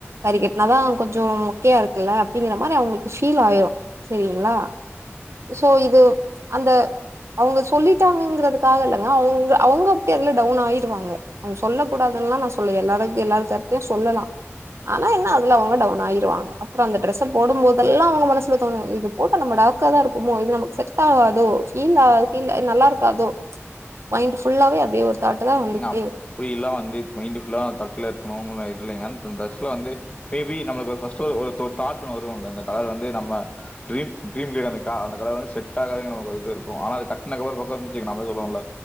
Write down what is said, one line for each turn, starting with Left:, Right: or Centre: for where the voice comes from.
Right: சாரி கட்டுனா தா கொஞ்ச மொக்கையா இருக்குல அப்படிங்ற மாரி அவங்களுக்கு ஃபீல் ஆயிரு சரிங்களா சோ இது அந்த அவங்க சொல்லிட்டாங்கங்கறதுக்காக இல்லங்க அவுங்க அவுங்க அப்படி அதுல டவுன் ஆயிடுவாங்க அவங்க சொல்லக்கூடாதுன்லா நா சொல்லல எல்லாரு எல்லா கருத்தையு சொல்லலா ஆனா என்ன அதுல அவுங்க டவுன் ஆயிடுவாங்க அப்புற அந்த ட்ரஸ் போடும் போதெல்லா அவுங்க மனசுலதோணு இது போட்டு நம்ம டார்க்காதா இருப்பமோ இது நமக்கு செ ட்டாகாதோ இல்லா ஃபீல் நல்லா இருக்காதோ மைண்ட் ஃபுல்லாவே அதே ஒரு தாட்டு தா வந்துகிட்டே
Left: அப்பிடி
Right: இருக்கு
Left: எல்லா வந்து மைண்ட் ஃபுல்லா தட்ல இருக்கணு இல்லைங்க அந்த டிரஸ்ல வந்து மேபி நம்ம ஃபர்ஸ்ட் ஒ ஒரு தாட் ஒன்னு வருள்ள இந்த கலர் வந்து நம்ம க்ரீம் கிரீம் கிரே அ அந்த கலர் வந்து செட்டாகாது நமக்கு ஒரு இது இருக்கு ஆனா அது கட்னக்கப்பற பாத்தோன் வெச்சுக்கோங்க நாமலே சொல்லுவோல்ல